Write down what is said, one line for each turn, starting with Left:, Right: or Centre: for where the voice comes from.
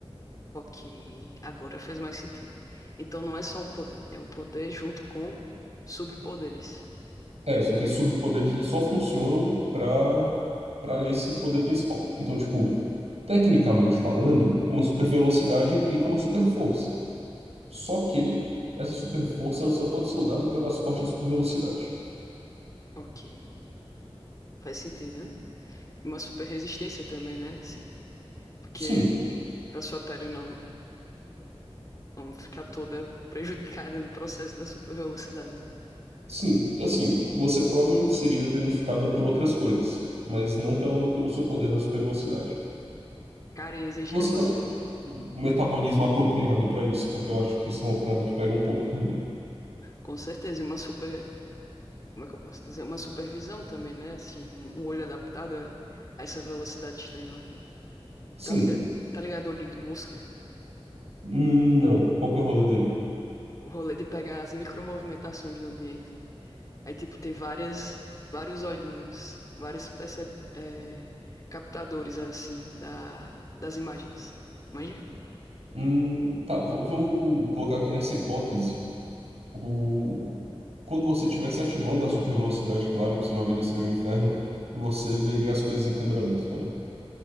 Left: Ok, agora faz mais sentido. Então não é só um poder, é um poder junto com subpoderes.
Right: É, só que esses superpoderes eles só funcionam para para esse poder principal. Então, tipo, tecnicamente falando, uma super velocidade implica uma super força. Só que essa super força ela só pode ser usada para dar suporte à super velocidade.
Left: Ok, faz sentido, né? Uma super resistência também, né? Assim, porque
Right: Sim,
Left: pra sua pele não, não ficar toda <laughs> prejudicada no processo da super velocidade, né?
Right: Sim, assim, você provavelmente seria danificada por outras coisas, mas não pelo, pelo seu poder da super velocidade
Left: Cara, e exigiria
Right: Você
Left: uma
Right: também
Left: super.
Right: tem um metabolismo apropriado pra isso, porque eu acho que isso é uma parada que pega um pouco também.
Left: Com certeza, e uma super, como é que eu posso dizer? Uma supervisão também, né? Assim, um um olho adaptado a, a essa velocidade extrema.
Right: Sim,
Left: Tá ligado? Tá ligado o olho de mosca?
Right: Hum, não. Qual que é o rolê dele?
Left: O rolê de pegar as micromovimentações do ambiente. Aí, tipo, tem várias, vários olhinhos, vários percep- eh, captadores, assim, da, das imagens. Manja?
Right: Hum, tá, v- vamos colocar aqui nessa hipótese. O... Quando você estivesse ativando a super velocidade claro que senão a vida seria um inferno, você veria as coisas em câmera lenta também.